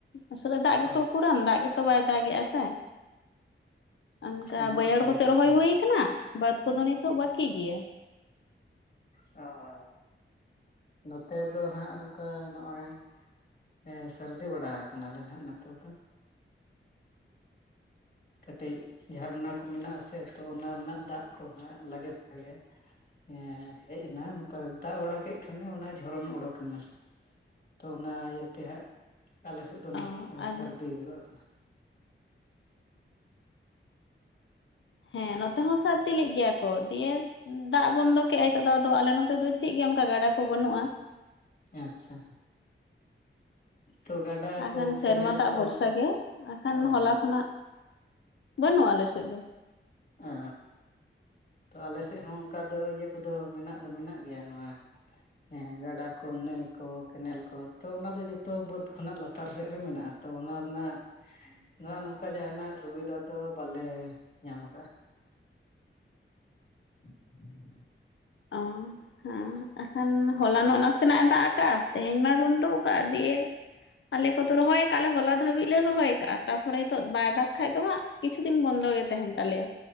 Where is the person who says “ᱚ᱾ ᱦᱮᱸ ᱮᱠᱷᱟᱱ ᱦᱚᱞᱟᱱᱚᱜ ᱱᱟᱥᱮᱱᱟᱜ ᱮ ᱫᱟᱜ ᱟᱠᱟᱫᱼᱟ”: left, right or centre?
Left